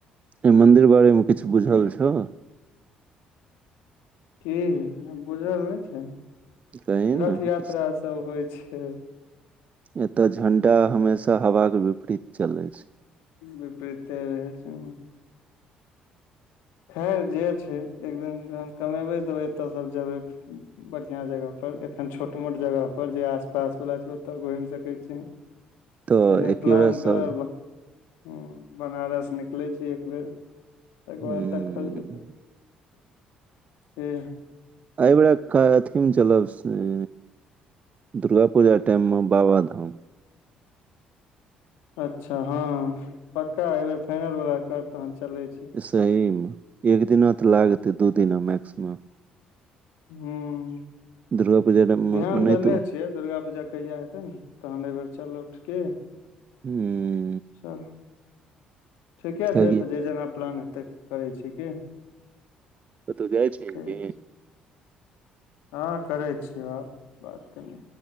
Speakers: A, on the right; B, on the left.
A: एहि मंन्दिर बारेमे किछु बुझल छौ
B: की बुझल नहि छै
A: कही
B: रथ
A: ने किछु
B: यात्रा सब होइ छै
A: एतय झंडा हमेशा हवा के विपरीत चले छैय
B: विपरीत रहै छै खैर जे छै एकदिन जहन कमेबै तऽ एतयसँ जेबै फेनो बढ़िया जगह पर एखन छोट मोट जगह पर जे आस पास वाला छै ओ तऽ घुम सके छी <inaudible> यै
A: तऽ
B: बेर
A: एके
B: प्लान
A: बेरा सब
B: करब हु बनारस निकलै छी एक बेर तकर बाद
A: हूँ
B: देखल जे <inaudible>
A: आइबेराकथी म चलब से दुर्गा पूजा टाइम मऽ बाबाधाम
B: अच्छा हँ पक्का एहि बेर फाइनल बला कर तहन चले छी
A: सही मे एक दिना तऽ लागते दू दिना मैक्सिमम
B: हू <inaudible>
A: दुर्गा पूजा टाइम मे
B: ध्यान
A: ओनाहितो
B: देने
A: हूँ
B: छै फेर दुर्गा पूजा कहिया हेतै ने तहन अइबेर चलब की
A: <unintelligible>
B: चल <inaudible> ठीकेँ
A: कियाकि
B: छै तऽ जे जेना प्लान हेतै करै छी की
A: कतौऽ जाइ छि हि
B: ठीक
A: की
B: छै, हँ करै छियैआब बात कनि